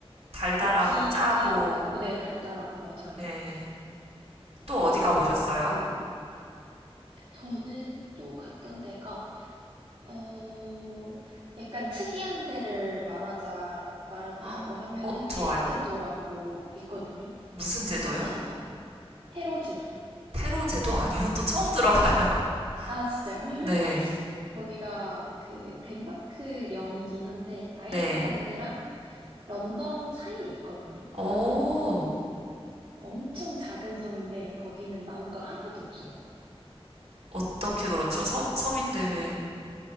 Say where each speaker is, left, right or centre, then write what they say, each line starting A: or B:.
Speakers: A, on the right (about 80°); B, on the right (about 70°).
A: 달달하고
B: 느끼하기도
A: 짜고,
B: 하고, 네, 달달하고, 맞아요.
A: 네. 또
B: 저도
A: 어디 가보셨어요?
B: 약간 그, 저는 또 갔던 데가 어, 약간 특이한 데를 말하자, 말한다고
A: <gasps> 헉,
B: 하면은
A: 어, 좋아요.
B: 페로 제도라고 있거든요.
A: 무슨 제도요?
B: 혹시 아시나요? 페로 제도.
A: 페로 제도 아니요? 또 처음 들어봐요. <laughs>
B: 아, 진짜요? <laughs>
A: 네,
B: 거기가 그 덴마크령이긴 한데 아이슬란드랑
A: 네.
B: 런던 사이에 있거든요.
A: 오,
B: 엄청 작은 섬인데 거기는 나무가 하나도 없어요.
A: 어떻게 그렇죠? 서, 서민대회.